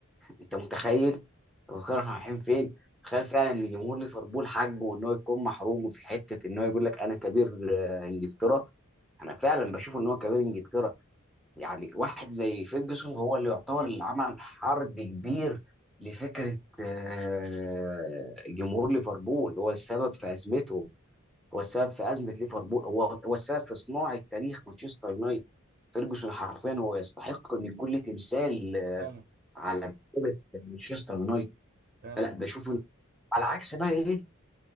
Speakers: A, in the centre; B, on the right.
A: انت متخيل انت متخيل احنا رايحين فين تخيل فعلا ان جمهور ليفربول حقه ان هو يكون محروم في حته ان هو يقول لك انا كبير آه، انجلترا انا فعلا بشوف ان هو كبير انجلترا يعني واحد زي فيرجسون هو اللي يعتبر اللي عمل حرب كبير لفكره آه، جمهور ليفربول هو السبب في ازمتهم هو السبب في ازمه ليفربول هو هو السبب في صناعه تاريخ مانشستر يونايتد فيرجسون حرفيا هو يستحق ان يكون له تمثال آه،
B: فعلا
A: على
B: معاك.
A: مكتبه مانشستر يونايتد
B: فعلا
A: فلا بشوف إن- على عكس بقى ايه